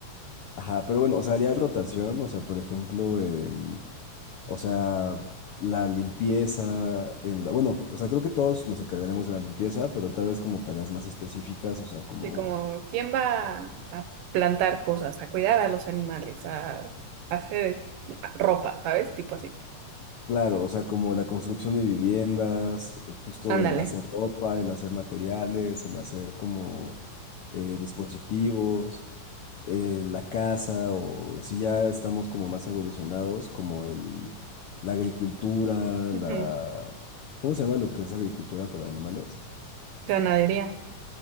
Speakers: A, on the left (about 80°); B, on the right (about 80°).
A: Ajá, pero bueno, o sea, haría rotación, o sea, por ejemplo, en, o sea, la limpieza, en la, bueno, o sea, creo que todos nos encargaremos de la limpieza, pero tal vez como tareas más específicas, o sea, como,
B: Sí, como, ¿quién va a plantar cosas, a cuidar a los animales, a, a hacer ropa, ¿sabes? Tipo así.
A: claro, o sea, como la construcción de viviendas, justo
B: Ándale.
A: el hacer ropa, el hacer materiales, el hacer como eh, dispositivos. eh, la caza o si ya estamos como más evolucionados, como el, la agricultura,
B: Ujú.
A: la... ¿Cómo se llama lo que es agricultura para animales?
B: Ganadería.